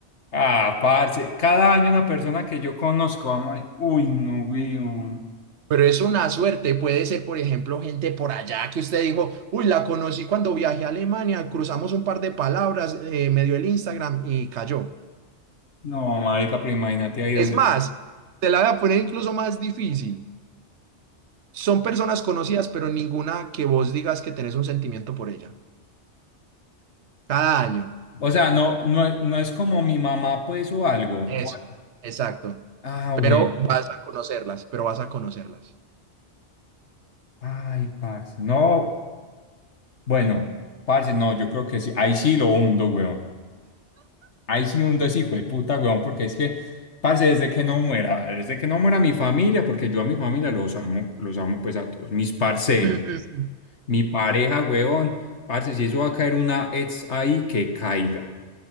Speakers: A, on the left; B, on the right.
A: Ah, parce. Cada año una persona que yo conozco va a morir. Uy, no, weón.
B: Pero es una suerte, puede ser, por ejemplo, gente por allá que usted dijo, uy, la conocí cuando viajé a Alemania, cruzamos un par de palabras, eh, me dio el Instagram y cayó.
A: No, marica, pero imagínate ahí
B: Es
A: donde.
B: más, te la voy a poner incluso más difícil. Son personas conocidas, pero ninguna que vos digas que tenés un sentimiento por ella. Cada año.
A: O sea, no, no, no es como mi mamá, pues, o algo.
B: Eso,
A: o algo.
B: exacto.
A: Ah,
B: Pero
A: bueno.
B: vas a conocerlas, pero vas a conocerlas.
A: Ay, parce. No, bueno, parce, no, yo creo que sí. Ahí sí lo hundo, weón. Ahí sí hundo a ese hijo de puta, weón, porque es que, parce, desde que no muera, vale, desde que no muera mi familia, porque yo a mi familia los amo, los amo pues a todos, mis parceros,
B: <laughs> Mm, mm, mm.
A: mi pareja, weón, parce, si eso va a caer una ex ahí, que caiga.